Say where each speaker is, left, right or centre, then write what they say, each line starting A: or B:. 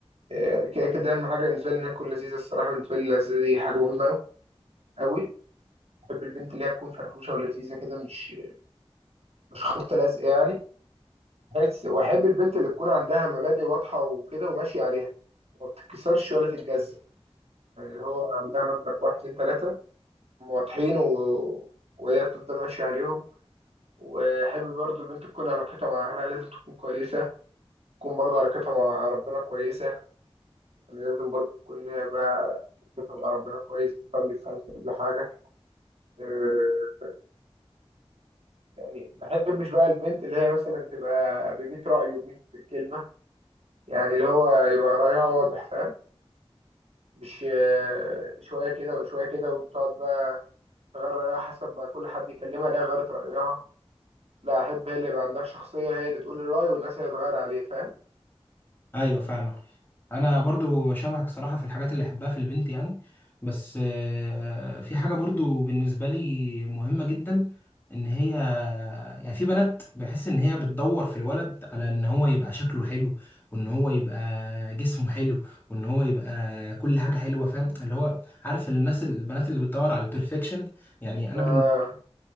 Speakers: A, on the right; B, on the left.
A: آه، كده كده اهم حاجة بالنسبة لي انها تكون لذيذة الصراحة بالنسبة لي اللذيذة دي حاجة مهمة قوي قوي بحب البنت اللي هي تكون فرفوشة ولذيذة كده مش مش خبطة لازقة يعني بس واحب البنت اللي تكون عندها مبادئ واضحه وكده وماشيه عليها وما بتتكسرش ولا تتجزأ يعني اللي هو عندها مبدأ واحد اتنين تلاته هم واضحين و... وهي بتفضل ماشيه عليهم واحب برضو البنت تكون علاقتها مع اهلها لازم تكون كويسه تكون برضو علاقتها مع ربنا كويسه يعني لازم برضو تكون هي بقى علاقتها مع ربنا كويس بتصلي خمسة قبل حاجة آه، يعني ما بحبش بقى البنت اللي هي مثلا تبقى بميت رأي وميت كلمة يعني اللي هو يبقى رأيها واضح فاهم مش آه، شوية كده وشوية كده وتقعد بقى تغير رأيها حسب ما كل حد يكلمها لا غيرت رأيها لا أحب هي اللي يبقى عندها شخصية هي اللي تقول الرأي والناس هي اللي تغير عليه فاهم
B: ايوه فاهمك انا برضو شبهك صراحة في الحاجات اللي احبها في البنت يعني بس آه، في حاجة برضو بالنسبة لي مهمة جدا ان هي يعني في بنات بحس ان هي بتدور في الولد على ان هو يبقى شكله حلو وان هو يبقى جسمه حلو وان هو يبقى كل حاجة حلوة فاهم اللي هو عارف الناس البنات اللي بتدور على البرفكشن يعني انا
A: آه،